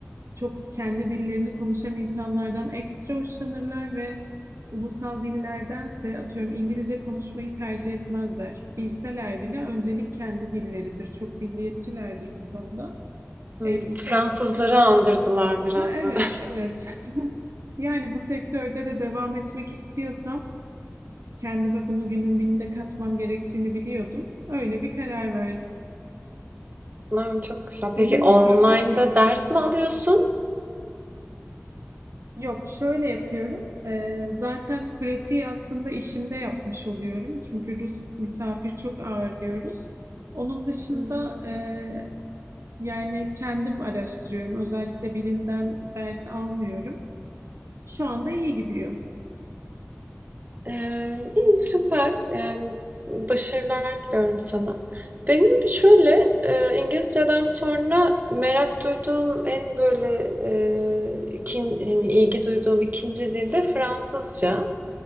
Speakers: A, on the right; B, on the right.
A: çok kendi dillerini konuşan insanlardan ekstra hoşlanırlar ve ulusal dillerdense atıyorum İngilizce konuşmayı tercih etmezler. Bilseler bile öncelik kendi dilleridir. Çok milliyetçilerdir bu konuda.
B: Hmm,
A: Eee, bu
B: Fransızları
A: sektörde de
B: andırdılar biraz
A: ha evet,
B: böyle.
A: evet. <laughs> Yani bu sektörde de devam etmek istiyorsam kendime bunu günün birinde katmam gerektiğini biliyordum. Öyle bir karar verdim.
B: <laughs> Lan Çok güzel.
A: Senin
B: Peki online'da
A: var mı ilgili?
B: ders mi alıyorsun?
A: Yok, şöyle yapıyorum. Eee, zaten pratiği aslında işimde yapmış oluyorum. Çünkü Rus misafir çok ağırlıyoruz. Onun dışında
B: Hı hı.
A: eee, yani kendim araştırıyorum. Özellikle birinden ders almıyorum. Şu anda iyi gidiyor.
B: Eee, iyi, süper. Yani, başarılar diliyorum sana. Benim şöyle, eee, İngilizceden sonra merak duyduğum en böyle, eee, ikin hani, ilgi duyduğum ikinci dil de Fransızca.